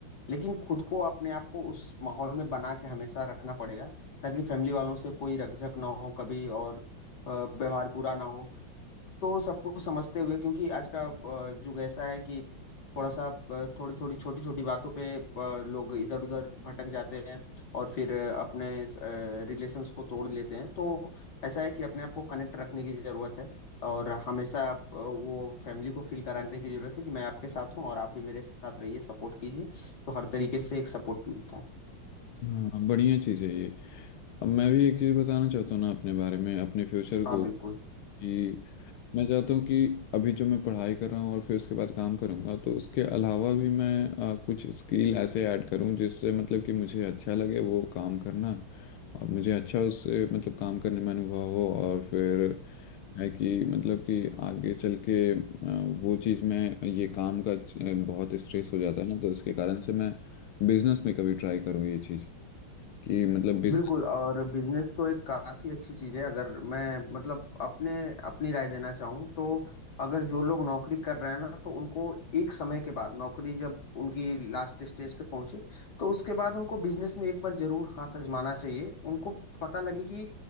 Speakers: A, on the left (about 55°); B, on the left (about 90°).
A: लेकिन खुद को अपने आप को उस माहौल में बना के हमेशा रखना पड़ेगा ताकि फैमिली वालों से कोई रकझक ना हो कभी और आ, व्यवहार बुरा ना हो तो सबको समझते हुए क्योंकि आज का अ, युग ऐसा है कि थोड़ा सा थोड़ी थोड़ी छोटी छोटी बातों पे अ, लोग इधर उधर भटक जाते हैं और फिर अ, अपने रिलेशंस को तोड़ लेते हैं तो ऐसा है कि अपने आप को कनेक्ट रखने की जरूरत है और हमेशा अ, वो फैमिली को फील कराने की जरूरत है कि मैं आपके साथ हूँ और आप भी मेरे साथ रहिए सपोर्ट कीजिए तो हर तरीके से एक सपोर्ट मिलता है
B: हाँ बढ़िया चीज़ है ये अब मैं भी एक चीज़ बताना चाहता हूँ ना अपने बारे में अपने फ्यूचर
A: हाँ
B: को
A: बिल्कुल
B: कि मैं चाहता हूँ कि अभी जो मैं पढ़ाई कर रहा हूँ और फिर उसके बाद काम करूँगा तो उसके अलावा भी मैं अ, कुछ स्किल ऐसे ऐड करूँ जिससे मतलब कि मुझे अच्छा लगे वो काम करना और मुझे अच्छा उससे मतलब काम करने में अनुभव हो और फिर है कि मतलब कि आगे चल के अ, वो चीज़ में ये काम का अ, बहुत स्ट्रेस हो जाता है ना तो इसके कारण से मैं बिजनेस में कभी ट्राई करूँ ये चीज़ कि मतलब बिजनेस
A: बिल्कुल और बिजनेस तो एक काफी अच्छी चीज है अगर मैं मतलब अपने अपनी राय देना चाहूँ तो अगर जो लोग नौकरी कर रहे हैं ना तो उनको एक समय के बाद नौकरी जब उनकी लास्ट स्टेज पे पहुंचे तो उसके बाद उनको बिजनेस में एक बार जरूर हाथ आजमाना चाहिए उनको पता लगे कि